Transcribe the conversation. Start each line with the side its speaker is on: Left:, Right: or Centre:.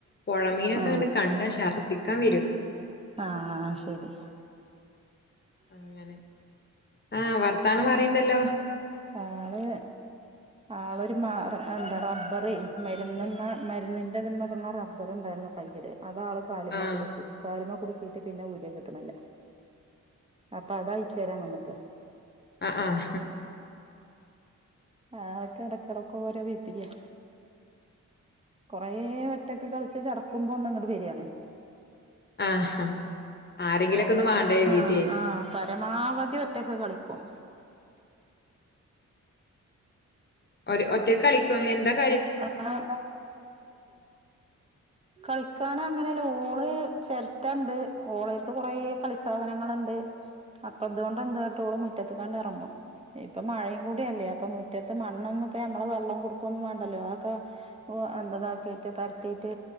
Left: പൊഴമീനൊക്കെ
Right: ആ
Left: ങ്ങട്ട് കണ്ടാ ശർ ദ്ദി ക്കാം വെരും.
Right: ആഹ് ശെരി
Left: അങ്ങനെ ആഹ് വർത്താനം പറീണ്ടല്ലോ
Right: ആള് ആളൊര് മ എന്താ റബ്ബറെയ് മര്ന്ന്മ മര്ന്നിന്റെതീമേട്ണെ റബ്ബറ്ണ്ടായിര്ന്നു. കൈയ്യില് അത് ആള് കാല്മ്മെ
Left: ആഹ്
Right: കുട്ക്കി കാല്മ്മെ കുട് ക്കീറ്റ് പിന്നെ ഊര്യാ കിട്ട്ണില്ല. അപ്പതയ്ച്ചേരാം വന്ന്ക്കാ.
Left: ആ ആ
Right: ആൾക്കെടക്കെടക്കോരോ പിപ്പിര്യാ. കൊറേ ഒറ്റക്ക് കളിച്ച് ചടക്കുമ്പോ ഒന്ന് ങ്ങട്ട് വര്യാണേ.
Left: ആഹ് ആഹ് ആരെങ്കിലൊക്കെ
Right: ഓക്കേ
Left: ഒന്ന് വാണ്ടേ കരുതീട്ടേ
Right: ആഹ് ആഹ് പര പരമാവധി ഒറ്റക്ക് കളിക്കും.
Left: ഒര് ഒറ്റക്ക് കളിക്കോ അങ്ങനെക്കെ?
Right: ആഹ് കളിക്കാനങ്ങനെയല്ല ഓള് ചെര്ട്ടണ്ട്, ഓളര്ത്ത് കൊറേ കളി സാധനങ്ങള്ണ്ട്. അപ്പതോണ്ട് എന്താട്ടും ഓള് മുറ്റത്ത്ക്കങ്ങട്ടെഇറങ്ങും ഇപ്പൊ മഴീകൂട്യല്ലേ അപ്പൊ മുറ്റത്ത് മണ്ണൊന്നുപ്പോ നമ്മള് വെള്ളം കൊട്ക്കൊന്നും വേ ണ്ടല്ലോ ആക്ക എന്ത താക്കിട്ട് പരത്തീറ്റ്